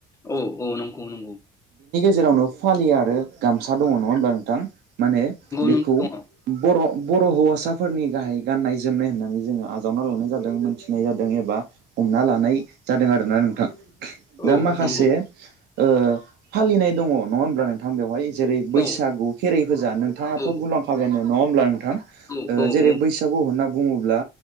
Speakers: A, on the left (about 20°); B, on the right (about 80°).
A: औ औ नंगौ नंगौ।
B: जेरावनो फालि आरो गामसा दङ नङा होमब्ला नोंथां। माने बेखौ
A: नंगौ नों दङ
B: बर' बर' हौवासाफोरनि गाहाय गाननाय जोमनाय होननानै जोङो आजावना लानाय जादों मोनथि नाय जादों एबा हमना लानाय जादों आरोना नोंथां
A: औ
B: दा माखासे
A: नंगौ
B: ओ फालिनाय दङ नङा होमब्ला नोंथां बेवहाय जेरै बैसागु
A: औ
B: खेराइ फुजा नोंथाङाथ'
A: औ
B: बुंलांखाबायानो नंङा होमब्ला थां
A: औ औ
B: जेरै
A: औ
B: ओ बैसागु होनना बुङोब्ला